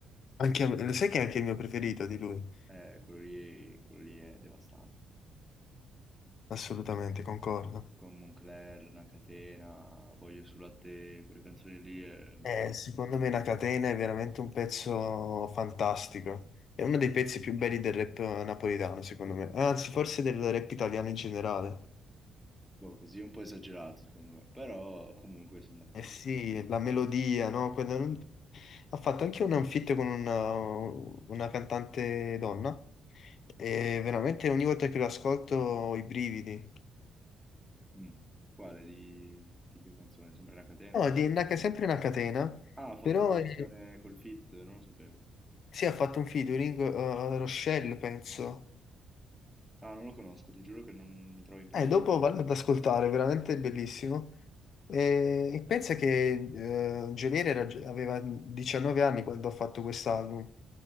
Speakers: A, on the left; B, in the centre.
A: Anche a me. Lo sai che è anche il mio preferito di lui?
B: eh, quello lì, quello lì è devastante.
A: Assolutamente, concordo.
B: Con Moncler, Una catena, Voglio sul latte, quelle canzoni lì, è,
A: Eh, secondo me La Catena è veramente un pezzo fantastico. È uno dei pezzi più belli del rap eh, napoletano, secondo me. Anzi, forse del rap italiano in generale.
B: boh, così è un po' esagerato secondo me, però comunque sono d'accordo.
A: Eh sì, la melodia, no? Quella non- Ha fatto anche un feat con una, una cantante donna e veramente ogni volta che lo ascolto ho i brividi.
B: Mh. Quale? Di di che canzone? Sempre una catena?
A: No, di una, sempre una catena,
B: Ah, ha fatto
A: però
B: la versione
A: eh,
B: col feat, non lo sapevo.
A: sì, ha fatto un featuring eh, Rochelle, penso.
B: Ah, non lo conosco, ti giuro che non mi trovo impreparato.
A: Eh, dopo vado ad ascoltare, veramente bellissimo. E, e pensa che eh, Geolier era- aveva 19 anni quando ha fatto quest'album.